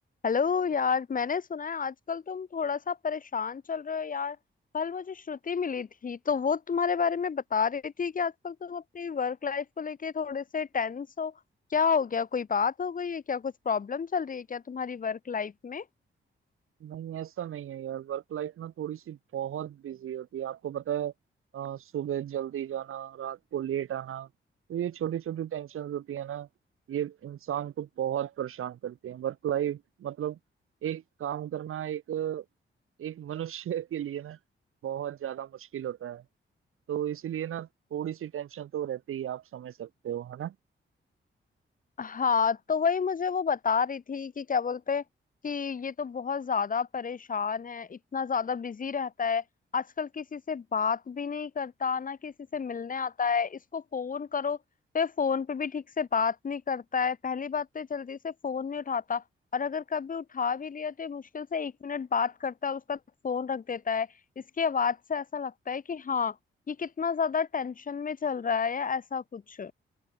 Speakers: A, on the left; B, on the right.
A: Hello यार मैंने सुना है आजकल तुम थोड़ा सा परेशान चल रहे हो यार कल मुझे श्रुति मिली थी तो वो तुम्हारे बारे में बता रही थी कि आजकल तुम अपनी वर्क लाइफ को लेके थोड़े से टेंस हो क्या हो गया कोई बात हो गई है क्या कुछ प्रॉब्लम चल रही है क्या तुम्हारी वर्क लाइफ में
B: नहीं ऐसा नहीं है यार वर्क लाइफ ना थोड़ी सी बहुत बिजी होती है आपको पता है अ, सुबह जल्दी जाना रात को लेट आना तो ये छोटी छोटी टेंशन होती है ना ये इंसान को बहुत परेशान करती है वर्क लाइफ मतलब एक काम करना एक एक मनुष्य <laughs> के लिए ना बहुत ज्यादा मुश्किल होता है तो इसीलिए ना थोड़ी सी टेंशन तो रहती ही आप समझ सकते हो है ना
A: हाँ तो वही मुझे वो बता रही थी कि क्या बोलते हैं कि ये तो बहुत ज्यादा परेशान है इतना ज्यादा बिजी रहता है आजकल किसी से बात भी नहीं करता ना किसी से मिलने आता है इसको फोन करो तो ये फोन पे भी ठीक से बात नहीं करता है पहली बात तो ये जल्दी से फोन नहीं उठाता और अगर कभी उठा भी लिया तो ये मुश्किल से एक मिनट बात करता है उसका फोन रख देता है इसकी आवाज से ऐसा लगता है कि हाँ ये कितना ज्यादा टेंशन में चल रहा है या ऐसा कुछ